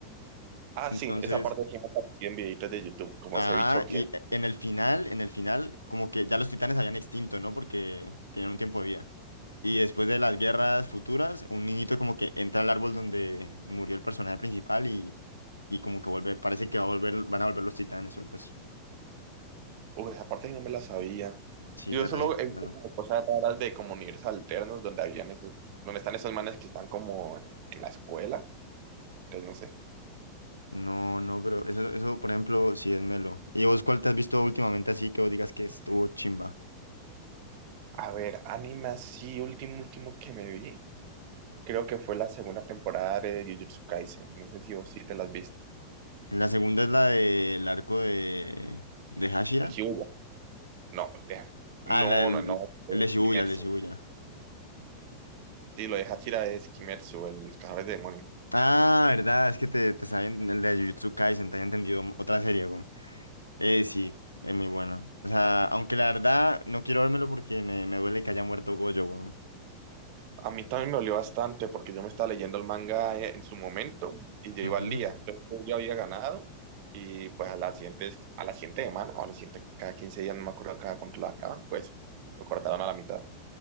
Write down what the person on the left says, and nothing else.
Entonces,
ah,
y en el final, en el final, como que ya los titanes habían extinto, ¿no? Porque tenían un tiempo de vida. Y después de las guerras futuras, un niñito como que entra al árbol donde murió el personaje principal y, y como que vuelve, parece que va a volver, van a volver los titanes o algo así.
Sí,
es
re
malo.
No, no, pero eso, eso, por ejemplo, sí es melo. ¿Y vos cuál te has visto últimamente así que vos digas que estuvo chimba?
La segunda es la del arco de, de Hashira.
Ah,
la del,
el de Shibuya,
el de Shibuya.
Ah, verdad, es que te, te saben el de Jujutsu Kaisen, te haya entendido otra serie, güey. Eh, sí, es muy bueno. O sea, aunque la verdad no quiero vérmelo porque me, me duele que haya muerto Gojo, güey.
Ujú.